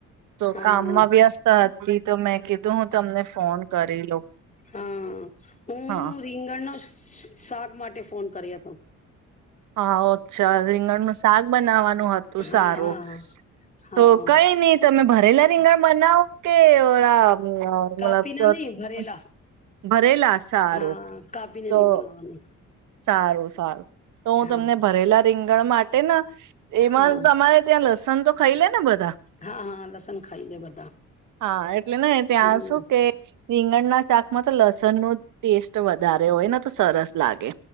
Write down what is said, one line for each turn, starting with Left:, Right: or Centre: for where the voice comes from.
Right: તો
Left: હા
Right: કામમાં
Left: હા
Right: વ્યસ્ત હતી તો મેં કીધું હું તમને ફોન કરી લઉ
Left: હા હું
Right: હા.
Left: રીંગણનો શાક માટે ફોન કર્યો હતો
Right: હા ઓ ચ્છા રીંગણ નું શાક બનાવવાનું હતું
Left: હા
Right: સારું
Left: હા હા હા
Right: તો કઈ નહી તમે ભરેલા સિંગર મનાઓ કે ઓલા હમ્મ
Left: કાપીને નહી ભરેલા
Right: <unintelligible> ભરેલા સારુ
Left: હા કાપીને
Right: તો
Left: નહી બનાવાની
Right: સારું. સારુ. તો
Left: હા
Right: હું તમને ભરેલા રિંગ ગણ માટે ન એમાં
Left: હા
Right: તો અમારે ત્યાં લસ સન તો ખાઈ લે ને બ
Left: હા હા લસણ ખાઈ લે બધા.
Right: હા. એટલે ને ત્યાં
Left: હમ
Right: શું કે. રીંગણના શાકમાં તો લસણ નો ટેસ્ટ વધારે હોય ને તો સરસ લાગે.